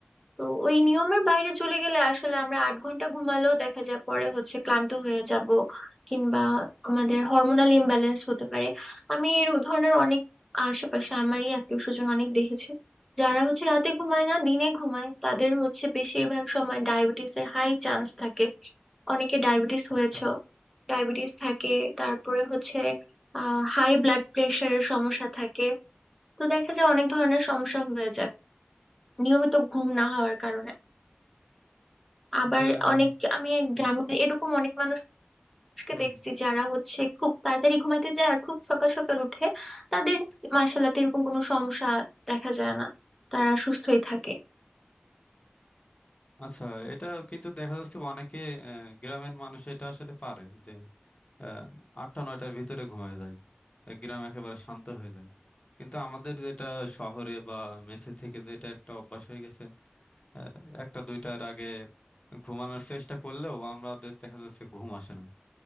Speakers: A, in the centre; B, on the left.
A: তো ওই নিয়মের বাইরে চলে গেলে আসলে আমরা আট ঘন্টা ঘুমালেও দেখা যায় পরে হচ্ছে ক্লান্ত হয়ে যাব কিংবা আমাদের হরমোনাল ইমব্যালেন্স হতে পারে আমি এই ধরনের অনেক আশেপাশে আমারই আত্মীয় স্বজন অনেক দেখেছি যারা হচ্ছে রাতে ঘুমায় না দিনে ঘুমায় তাদের হচ্ছে বেশিরভাগ সময় ডায়াবেটিসের হাই চান্স থাকে অনেকে ডায়াবেটিস
B: আচ্ছা
A: হয়েছে ডায়াবেটিস থাকে তারপরে হচ্ছে আহ হাই ব্লাড প্রেশারের সমস্যা থাকে তো দেখা যায় অনেক ধরনের সমস্যা হয়ে যায় নিয়মিত ঘুম না হওয়ার কারণে আবার
B: এটা
A: অনেক আমি
B: ঠিক।
A: গ্রামের এরকম অনেক মানুষকে
B: হুম
A: দেখছি
B: হুম।
A: যারা হচ্ছে খুব তাড়াতাড়ি ঘুমাইতে যায় আর খুব সকাল সকাল উঠে তাদের মার্শাল্লাহ এরকম কোনো সমস্যা দেখা যায় না তারা সুস্থই থাকে
B: আচ্ছা এটা কিন্তু দেখা যাচ্ছে অনেকে আহ, গ্রামের মানুষ এটা আসলে পারে যে আহ, আটটা নয়টার ভিতরে ঘুমিয়ে যায় এ, গ্রাম একেবারে শান্ত হয়ে যায় কিন্তু আমাদের যেটা শহরে বা মেসে থেকে যেটা একটা অভ্যাস হয়ে গেছে আহ, একটা দুইটার আগে ঘুমানোর চেষ্টা করলেও আমাদের দেখা যাচ্ছে ঘুম আসে না